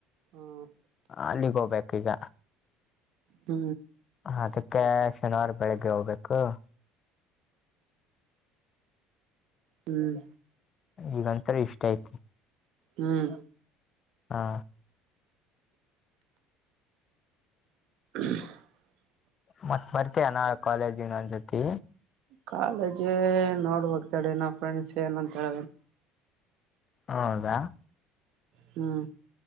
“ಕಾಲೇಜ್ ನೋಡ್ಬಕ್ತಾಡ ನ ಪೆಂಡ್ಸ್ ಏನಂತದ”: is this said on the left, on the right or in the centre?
Right